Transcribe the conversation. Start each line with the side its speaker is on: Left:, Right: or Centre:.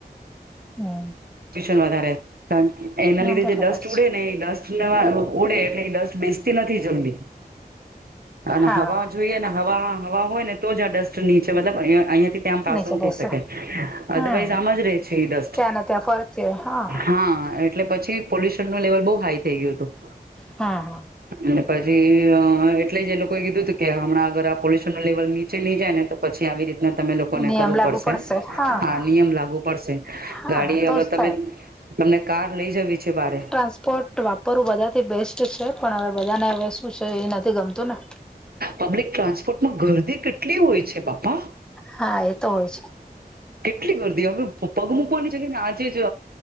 Centre: હમ
Right: ટ્યુશન વધારે કારણ કે એના લીધે
Centre: બરાબર
Right: જે ડસ્ટ
Centre: છે
Right: ઉડે ને એ ડસ્ટ ઉડે એટલે એ ડસ્ટ બેસતી નથી જલ્દી અને
Centre: હા
Right: હવા જોઈએ ને હવા હવા હોય ને તો જ આ ડસ્ટ નીચે મતલબ અહિયા અહિયાથી ત્યાં આ પાસોન
Centre: નીચે બેસે
Right: થઈ શકે
Centre: હમ
Right: અદરવાઈઝ આમ જ રહે છે ઈ દસ્ટ
Centre: ત્યાંને ત્યાં ફરતી હોય હા
Right: હા એટલે પછી પોલ્યુશન નું લેવલ બહુ હાઈ થઈ ગયું હતું.
Centre: હા.
Right: અને પછી અ એટલે જ એ લોકોએ કીધું હતું કે હમણાં અગર આ પોલ્યુશન ન લેવલ નીચે નહી જાય ને તો પછી આવી રીતના તમે લોકોને
Centre: નિયમ
Right: કરવું
Centre: લાગુ
Right: પડશે,
Centre: હા
Right: આ નિયમ લાગવુ પડશે,
Centre: હા
Right: ગાડી
Centre: તો
Right: અગર
Centre: જ
Right: તમે
Centre: થાય
Right: તમને કાર લઈ જવી છે બરે.
Centre: ટ્રાસપર્ટ વાપરવું બધા થી બેસ્ટ છે પણ હવે બધાને હવે શું છે એ નથી ગમતું ને.
Right: પબ્લિક ટ્રાન્સપોર્ટમાં ગરદી કેટલી હોય છે બાપા.
Centre: હા એ તો હોય છે.
Right: કેટલી ગારડી હવે પગ મૂકવાની જગ્યા ને આજે જ